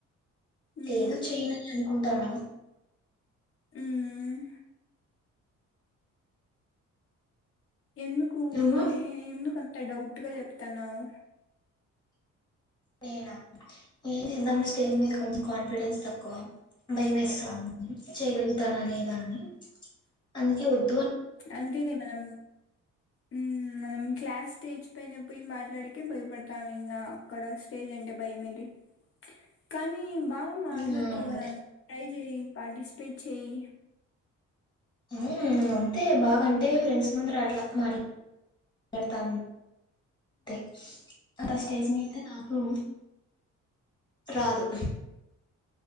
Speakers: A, on the left (about 50°); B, on the left (about 15°).
A: మ్మ్
B: లేదు చేయను అం ఉంటాను
A: మ్మ్ ఎందుకు
B: నువ్వు
A: కొంద ఏ ఎందుకు అంత డౌట్ గా చెప్తన్నావు
B: నేనా ఏం చేద్దాం స్టేజ్ మీద కొంచెం కాన్ఫిడెన్స్ తక్కువ భయమేస్ చేయగలుగుతానా లేదా అని అందుకే వద్
A: నందని మనం హ్మ్ మనం క్లాస్ స్టేజ్ పైన పోయి మాట్లాడకే భయపడతాము ఇంకా అక్కడ స్టేజ్ అంటే భయం ఏంటి కానీ బాగా మాట్లాడుతావు
B: మ్మ్
A: కదా నువ్వు కై పార్టిసిపేట్ చెయ్
B: ఊ అంతే బాగ అంటే ఫ్రెండ్స్ ముందర అట్లా మాట్లా మాట్లాడతాను అంతే నాకు ఆ స్టేజ్ మీద రాదూ రాదు